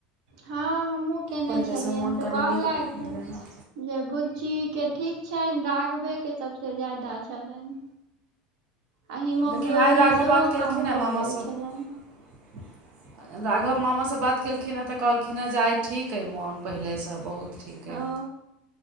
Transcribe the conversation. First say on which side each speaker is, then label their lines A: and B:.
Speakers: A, on the right (about 80°); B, on the right (about 45°).
A: हाँ हमहूँ कयने
B: पहिलेसँ
A: छलियनि
B: मोन
A: तऽ
B: कनि
A: कहलैथ
B: नीक भेलनि हेँ
A: जे बुच्ची के ठीक छन राघबे के सबसे ज्यादा छै छलनि आ हिमोग्लोबिन
B: लेकिन आइ राघव
A: सेहो
B: बात केलखिन
A: कम
B: हेँ
A: भऽ
B: मामासँ
A: गेल छलैन
B: <inaudible> राघव मामा सँ बात केलखिन हे तऽ कहलखिन हे आइ ठीक आइ मौन पहिले सँ बहुत ठीक अऽ
A: ओ